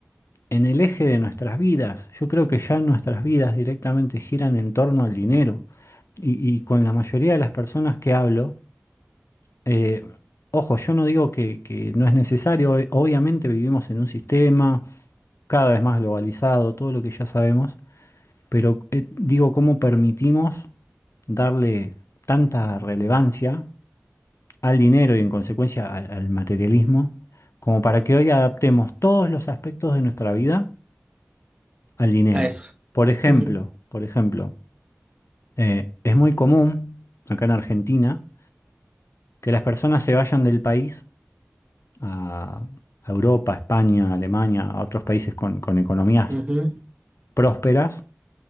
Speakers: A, on the left; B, on the right.
A: en el eje de nuestras vidas. Yo creo que ya nuestras vidas directamente giran en torno al dinero. Y, y con la mayoría de las personas que hablo, eh, ojo, yo no digo que, que no es necesario, o- obviamente vivimos en un sistema cada vez más globalizado, todo lo que ya sabemos, pero eh, digo, ¿cómo permitimos darle tanta relevancia al dinero y en consecuencia al al materialismo, como para que hoy adaptemos todos los aspectos de nuestra vida? al dinero.
B: A eso.
A: Por ejemplo,
B: <laughs>
A: por ejemplo, eh, es muy común acá en Argentina que las personas se vayan del país a, a Europa, España, Alemania, a otros países con, con economías
B: Ujú,
A: prósperas